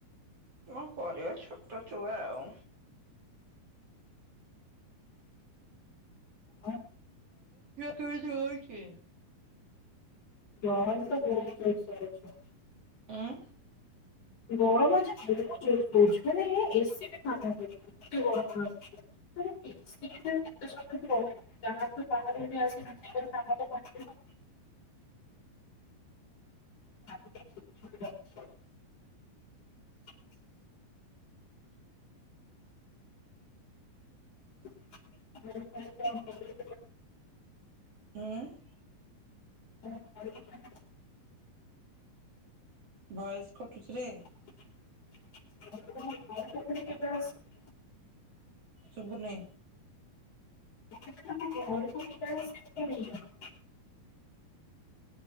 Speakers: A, on the right (about 40°); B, on the left (about 40°).
A: କଣ କରିବ ଛୋଟ ଛୁଆ ଆଉ।
B: ହ
A: <inaudible> ସୋଇଛି।
B: <unintelligible>
A: ଏଁ।
B: ଗରମ ଯେ ବହୁତ ଜୋରେ ହଉଚି ମାନେ ଏସି ବି କାମ କରୁନି। <unintelligible> <unintelligible> <unintelligible> <unintelligible>
A: ହୁଁ।
B: କଁ କରିବ ପରା।
A: ଭଏସ କଟୁଛି ରେ।
B: <inaudible> କେ
A: ଶୁଭୁନି।
B: <unintelligible> ଘରୁ <inaudible>